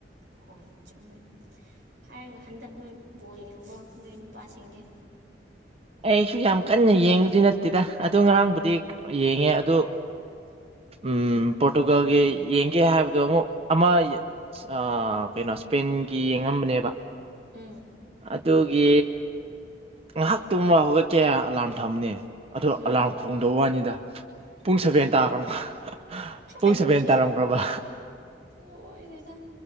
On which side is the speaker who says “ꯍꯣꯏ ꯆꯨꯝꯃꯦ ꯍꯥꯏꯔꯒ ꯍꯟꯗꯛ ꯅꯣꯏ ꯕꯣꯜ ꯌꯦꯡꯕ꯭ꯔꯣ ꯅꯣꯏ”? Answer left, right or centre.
Right